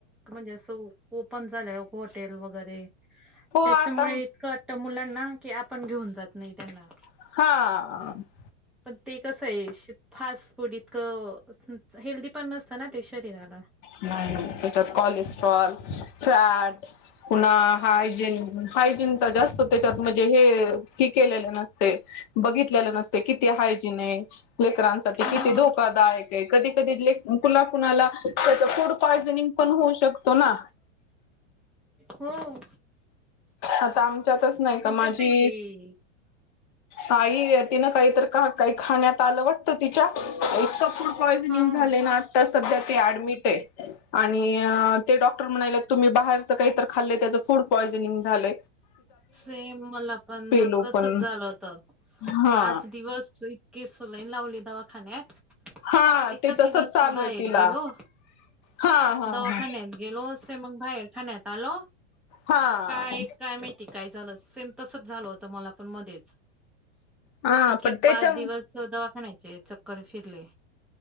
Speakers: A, in the centre; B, on the left.
A: म्हणजे असं ओपन झालं हॉटेल वगैरे
B: हो
A: त्याच्यामुळे
B: आता
A: इतकं वाटत मुलांना की आपण घेऊन जात नाही त्यांना
B: हा
A: पण ते कस आहे फास्ट फूड इतकं हेल्दी पण नसतं ना ते शरीराला.
B: नाही नाही त्याच्यात कोलेस्ट्रॉल चॅट पुन्हा हायजीन हायजीनचा जास्त त्याच्यात म्हणजे हे हि केलेलं नसते, बघितलेलं नसते, किती हायजीन आहे? लेकरांसाठी
A: मग
B: किती धोकादायक आहे?.... कधी कधी ले कुणा कुणाला तर फूड पॉयझनिंग पण होऊ शकतो ना
A: हुं..
B: आता आमच्यातच नाही
A: आपण
B: का माझी
A: कस हे
B: आई तिनं काहीतर काही खाण्यात आलं वाटतं तिच्या इतक फूड पॉयझनिंग
A: हा.
B: झाले ना आत्ता सध्या ती ऍडमिट आहे आणि ते डॉक्टर म्हणालयात तुम्ही बाहेरचं काहीतर खाल्लंय त्याचं फूड पॉयजनिंग झालं
A: सेम मला पण
B: लो
A: तसच
B: पण
A: झालं होत
B: हा
A: पाच दिवस इतके सलाईन लावली दवाखान्यात
B: हा
A: एकच
B: ते तसच
A: दिवस
B: चालू
A: बाहेर
B: आहे तिला
A: गेलो
B: हा हा
A: दवाखान्यात
B: हा
A: गेलोे से मग बाहेर खान्यात आलो
B: हा
A: काय काय माहिती काय झालं सेम तसच झालं होतं मला पण मध्येच
B: हा
A: इतके
B: पण त्याच्या
A: पाच दिवस दवाखान्याचे चक्कर फिरले